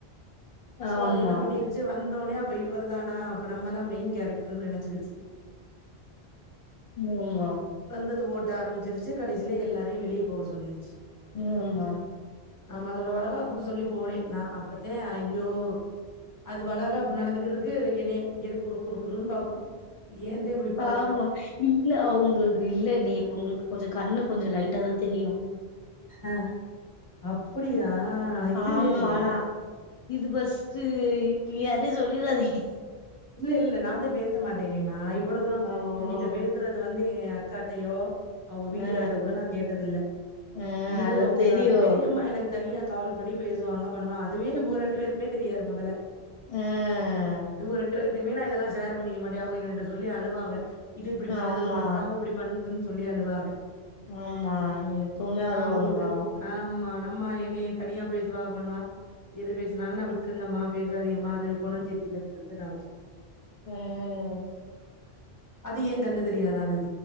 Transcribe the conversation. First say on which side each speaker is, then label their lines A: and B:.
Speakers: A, on the left; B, on the left.
A: சோ
B: ஆமா
A: அது என்ன பண்ணிருச்சி வந்தோனே அப்ப இவர் தானா அப்ப நம்மதா மெயின் கேரக் டர் நெனச்சிகிச்சி
B: ஆமா
A: அது ஓட்ட ஆரம்பிச்சிருச்சி கடைசில எல்லாரையும் வெளிய போ சொல்லிருச்சி
B: ம் மா
A: ஆமா அதோட வளகாப்புக்கு சொல்லி போனேன் நா அப்பத்தேன் ஐயோ அது வளகாப்பு நடந்துகிட்டுருக்கு என்னைய இங்கேரு குறுக்குறுக் குறுனு பாக் கும் ஏந்தே இப்படி பா
B: ஆமா இல்ல அவங்களுக்கு இல்ல நீ அவுங்களுக்கு கொஞ்சம் கண்ணு கொஞ்சம் லைட்ட தான் தெரியும்
A: ஆ அப்டியா இது
B: ஆமா
A: வேறயா
B: நா இது பஸ்ட்டு யாரிட்டயு சொல்லிறாதிங்க
A: இல்ல இல்ல நான்ந்தே பேசமாட்டேனே நா எப் இவ்ளோ தூரம்
B: ஆமா
A: ஒன்க்கிட்ட
B: ஆமா
A: பேசறது வந்து என் அக்காட்டயோ அவுங்க வீட்டுக்கார்ட்ட
B: ஆமா
A: கூட நான் கேட்டதில்ல
B: ஆ ஆ
A: இவுக
B: அது
A: உங்க
B: தெரியு
A: அது பெரியம்மா எனக்கு தனியா கால் பண்ணி பேசுவாங்க பண்ணுவன் அதுவே இவுக ரெண்டு பேருக்குமே தெரியாது மொதல
B: ஆ
A: இவுங்க ரெண் ண்டு பேர்ட்டையுமே நா இதெல்லாம் ஷேர் பண்ணிக்க மாட்டே அவுங்க எனகிட்ட சொல்லி அழுவாங்க இது இப்டி பண்ணுது
B: ஆமா
A: ஒங்க அக்காவும் இப்டி பண்ணுதுன்னு சொல்லி அழுவாக
B: ஆமா எப்பவுமே அழுவாங்க
A: அவளுக்கு
B: பாவோ
A: ஆமா நம்ம என்னய தனியா பேச சுவ பண்ணுவ எது பேசனாலும் நான் விட்டுரங்கம்மா பேசாதீக மா அது கொணம் சரியில்லன் சொல் ந்த நா வச்சிக்குவ
B: ம்
A: அது ஏ கன்னு தெரியாதா அதுக்கு